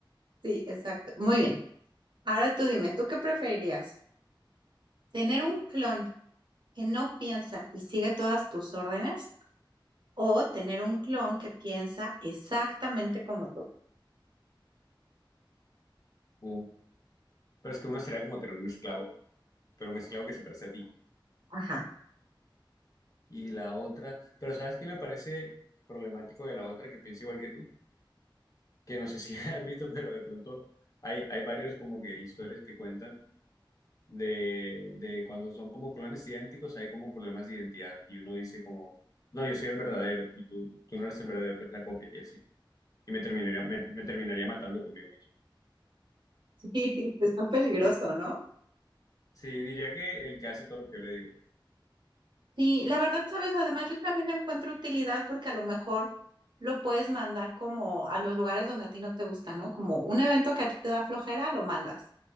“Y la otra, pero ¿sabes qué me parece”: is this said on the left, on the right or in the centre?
Left